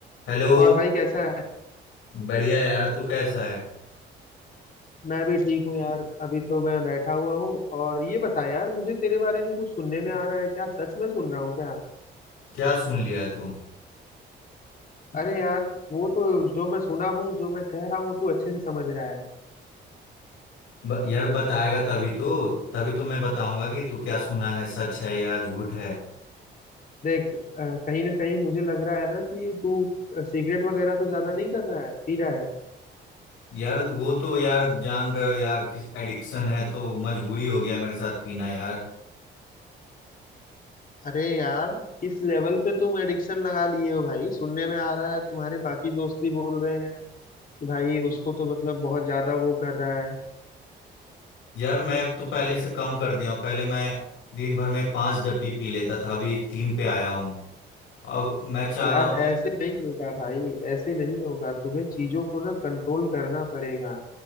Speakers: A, on the left; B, on the left.
A: Hello
B: और भाई कैसा है
A: बढ़िया है यार तू कैसा है
B: मैं भी ठीक हूँ यार अभी तो मैं बैठा हुआ हूँ और ये बता यार मुझे तेरे बारे में कुछ सुनने में आ रहा है क्या सच में सुन रहा हूँ क्या
A: क्या सुन लिया है तू
B: अरे यार वो तो जो मैं सुना हूँ जो मैं कह रहा हूँ वो तू अच्छे से समझ रहा है
A: ब, यार बताएगा तभी तो तभी तो मैं बताऊंगा कि तू क्या सुना है सच है या झूठ है
B: देख अ, कहीं ना कहीं मुझे लग रहा है ना कि तू अ, सिगरेट वगैरह तो ज्यादा नहीं कर रहा है पी रहा है
A: यार वो तो यार जान रहे हो यार किस एडिक्शन है तो मजबूरी हो गया मेरे साथ पीना यार
B: अरे यार किस लेवल पे तुम एडिक्शन लगा लिए हो भाई सुनने में आ रहा है तुम्हारे बाकी दोस्त भी बोल रहे हैं कि भाई उसको तो मतलब बहुत ज्यादा वो कर रहा है
A: यार मैं तो पहले से कम कर दिया हूँ पहले मैं दिन भर में पांच डब्बी पी लेता था अभी तीन पे आया हूँ अब मैं चाह
B: यार
A: रहा हूँ कि
B: ऐसे नहीं होगा भाई ऐसे नहीं होगा तुम्हें चीजों को ना कंट्रोल करना पड़ेगा